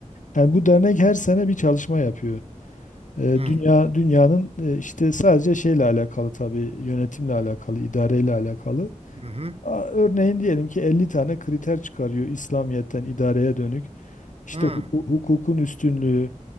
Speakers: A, on the left (about 75°); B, on the right (about 50°).
A: Yani bu dernek her sene bir çalışma yapıyor. E,
B: hı hı
A: dünya dünyanın e, işte sadece şeyle alakalı tabii yönetimle alakalı, idareyle alakalı.
B: hı
A: A- Örneğin diyelim ki 50 tane kriter çıkarıyor İslamiyet'ten idareye dönük. İşte
B: hı
A: huku- hukukun üstünlüğü,